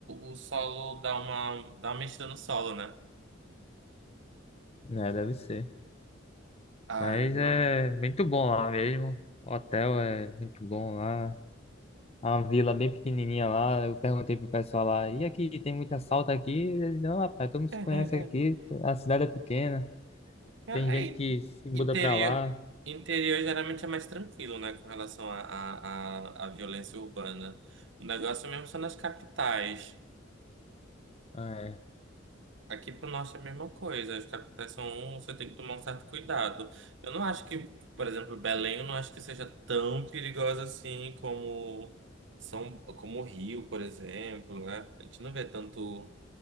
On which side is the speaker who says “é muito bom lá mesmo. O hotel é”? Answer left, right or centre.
Left